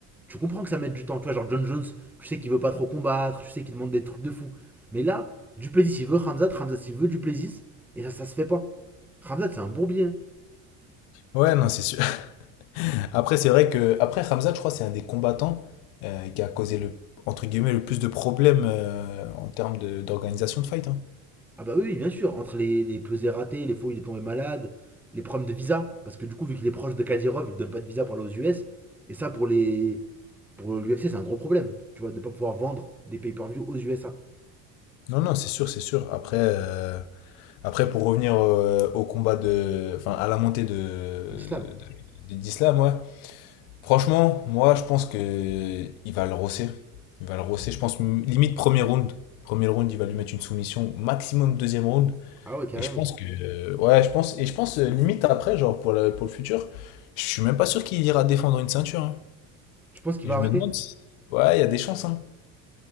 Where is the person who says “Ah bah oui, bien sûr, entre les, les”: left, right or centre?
Centre